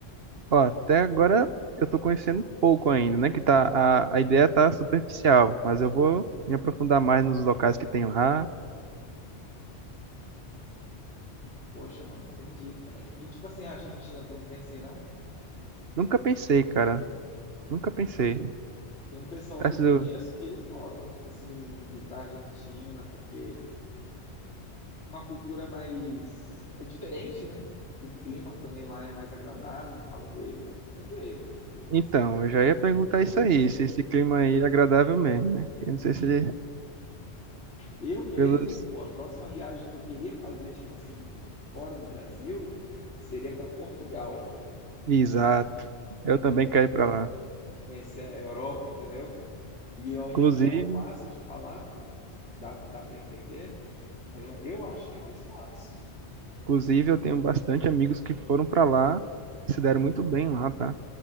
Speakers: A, on the right; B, on the left.
A: Ó, até agora eu tô conhecendo pouco ainda, né? Que tá, a, a ideia tá superficial, mas eu vou me aprofundar mais nos locais que tem lá.
B: Poxa, mano, entendi, cara. E tipo assim, a Argentina, tu não pensa em não?
A: Nunca pensei, cara. Nunca pensei.
B: Tem um pessoal
A: Tá
B: que
A: sido-
B: eu conheço que eles gostam, tipo assim, ir pra Argentina, porque uma cultura mais. É diferente, né? O clima também lá é mais agradável, falando eles, né? Dizendo eles, dizendo eles,
A: Então,
B: que é um climazinho
A: eu já ia perguntar
B: agradável.
A: isso aí, se esse clima aí é agradável mesmo, né? Eu não sei se ele...
B: Eu mesmo,
A: Pelos...
B: pô, a próxima viagem que eu queria fazer, tipo assim, fora do Brasil, seria para Portugal,
A: Exato. Eu
B: tá ligado?
A: também quero ir pra lá.
B: Conhecer a Europa, entendeu? E é um
A: Inclusive,
B: idioma fácil de falar, pô, dá, dá para entender, né? Aí eu, eu acho que é mais fácil.
A: inclusive, eu tenho bastante amigos que foram pra lá, se deram muito bem lá, tá?